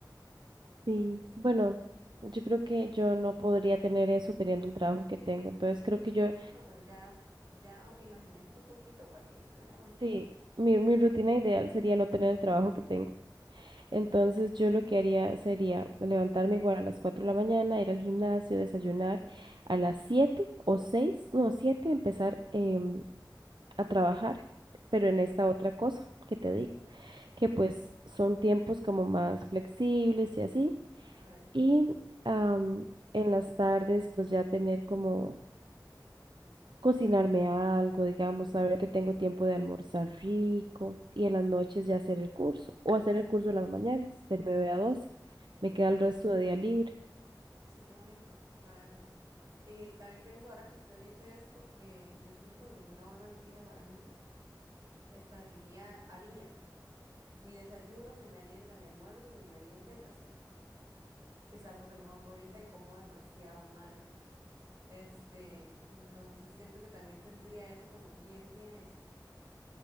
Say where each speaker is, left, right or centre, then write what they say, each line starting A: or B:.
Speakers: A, on the right (about 75°); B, on the right (about 50°).
A: sí, bueno, yo creo que yo no podría tener eso teniendo el trabajo que tengo, entonces creo que yo,
B: No, pero ya, ya imaginemos un poquito para que suene bonito.
A: sí. Mi, mi rutina ideal sería no tener el trabajo que tengo. Entonces yo lo que haría sería levantarme igual a las 4 de la mañana, ir al gimnasio, desayunar, a las 7 o 6, no, 7, empezar em, a trabajar, pero en esta otra cosa que te digo, que pues son tiempos como más flexibles y así.
B: La verdad es
A: Y
B: que sí.
A: am, en las tardes pues ya tener como cocinarme algo, digamos,
B: Mm,
A: saber que tengo tiempo de almorzar rico y en las noches ya hacer el curso o hacer el curso en las mañanas de nueve a doce,
B: Sí,
A: Me queda el resto de
B: sí.
A: día libre.
B: Sí, qué bonito, la verdad. Y también pienso ahora que usted dice esto, eh, de fijo, en una buena rutina para mí, estaría, haría mi desayuno, mi merienda, mi almuerzo, mi merienda y la cena, que es algo que no hago ahorita y como demasiado mal. Este, entonces siento que también tendría eso como bien, bien hecho.